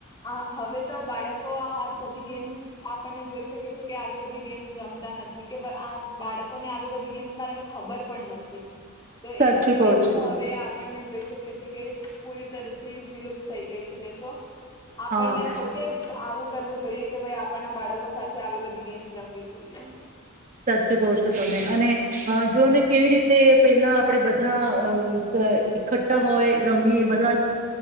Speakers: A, on the left (about 20°); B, on the right (about 35°).
A: હવે તો બાળકો આ બધી ગેમ્સ આપણને જોઈ શકી છે કે આવી બધી ગેમ્સ રમતા નથી કે આ બાળકોને આવી બધી ગેમ્સ મા ખબર પણ નથી. તો
B: સાચું
A: એ બધી
B: કહું
A: ગેમ્સ
B: છું
A: હવે આપણને જોઈ કે પૂરી તરફથી વિલુપ્ત થઈ ગઈ છે તો આપણને
B: હા
A: પોતે જ આવું કરવું જોઈએ કે ભાઈ આપણના બાળકો સાથે આવી બધી ગેમ્સ રમવી જોઈએ.
B: સાચું કહો છો તમે અને જોને કેવી રીતે પેલા આપણેે બધા ઠ્ઠા હોય રમીએ બધા